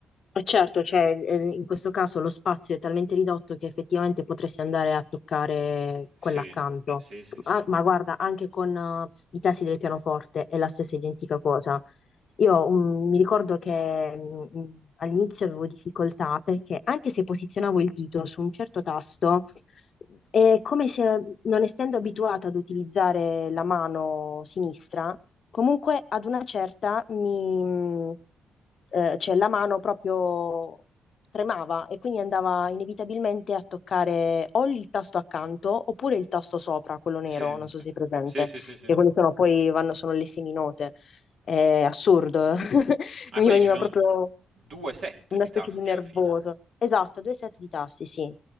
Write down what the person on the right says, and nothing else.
Sì,
sì, sì, sì.
Sì, eh,
sì, sì, sì, sì.
Ah,
quindi
ci sono
due set
di
tasti
alla fine.